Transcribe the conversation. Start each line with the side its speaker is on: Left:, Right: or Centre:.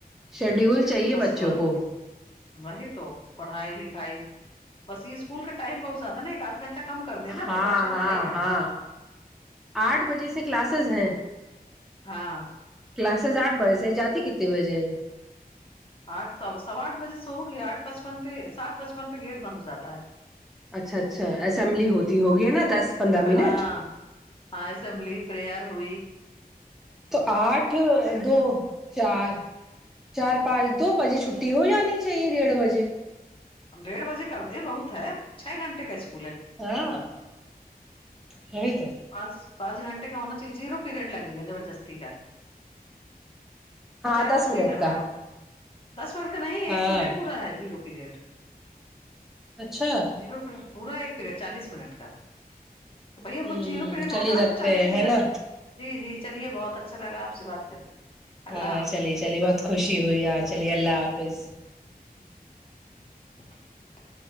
Centre: شیڈیول چاہیے
Left: بس
Centre: بچوں کو
Left: وہی تو پڑھائی لکھائی بس یہ اسکول کا ٹائم بہت زیادہ نا ایک آدھ گھنٹہ کم کر دینا
Centre: ہاں
Left: تو بچوں کو
Centre: ہاں
Left: صحیح
Centre: ہاں آٹھ بجے
Left: رہے
Centre: سے کلاسز ہے
Left: ہاں
Centre: کلاسز آٹھ بجے سے جاتی کتنے بجے ہے
Left: آٹھ سو سوا آٹھ بجے سے ہوگی آٹ پچپن پہ سات پچپن پہ گیٹ بند ہو جاتا ہے
Centre: اچھا اچھا اسمبلی ہوتی ہوگی ہے نا دس پندرہ منٹ
Left: ہاں ہاں اسمبلی پریئر ہوئی
Centre: تو آٹھ دو چار چار پانچ دو بجے چھٹی ہو جانی چاہیے ڈیڑھ بجے
Left: ڈیڑھ بجے کر دیں بہت ہے چھ گھنٹے کا اسک
Centre: ہاں وہی تو
Left: پانچ پانچ گھنٹے کا ہونا چاہیے زیرو پیریڈ لگے گا زبردستی کا
Centre: ہاں
Left: چاہے
Centre: دس
Left: تفریح
Centre: منٹ
Left: کر
Centre: کا
Left: رہے ہوں دس منٹ کے نہیں
Centre: ہاں
Left: ایک پیریڈ پورا ہے زیرو پیریڈ
Centre: اچھا
Left: جیرو پ پورا ایک پیریڈ چالیس منٹ کا تو بھیا
Centre: ہوں
Left: وہ جیرو پیریڈ
Centre: چلیے
Left: ہٹا
Centre: رکھتے
Left: دو چالیس
Centre: ہیں
Left: منٹ
Centre: ہے نا
Left: جی جی چلیے بہت اچھا لگا آپ سے بات کر کے
Centre: ہاں
Left: اللہ حافظ
Centre: چلیے چلیے بہت خوشی ہوئی ہاں چلیے اللہ حافظ
Left: <unintelligible>